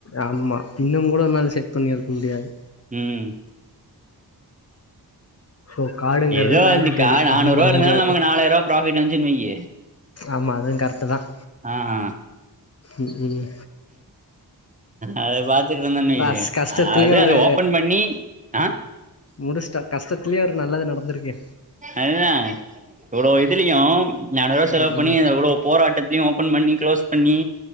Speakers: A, on the left (about 40°); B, on the right (about 20°).
A: ஆமா இன்னுங்கூட என்னால செட் பண்ணிருக்க முடியாது
B: ம்
A: ஒ காடுங்கறது
B: ஏதோ
A: மேண்டிட்டரி
B: இந்த கா நானூறு
A: ஒன்னும்
B: ரூபா
A: பண்ண
B: இருந்தாலு
A: முடியாது
B: நமக்கு நாலாயிர ரூபா ப்ராஃபிட் வந்துச்சுன்னு வையி
A: ஆமா அதும் கரெட்டு தான்
B: அ அ
A: ம் ம்
B: அது பாத் துட்ருந்தன் வெய்யு
A: அஸ் கஷ்டத்துலயும்
B: அதா அத
A: ஒரு
B: ஓபன் பண்ணி அ
A: முடிச்ட்டன் கஷ்டத்துலயும் ஒரு நல்லது நடந்துருக்கு
B: அதுதான் இவ்ளோ இதுலியும் நானூருவா செலவு
A: ம்
B: பண்ணி
A: ம்
B: எவ்ளோ போராட்டத் தியும் ஓபன் பண்ணி க்ளோஸ் பண்ணி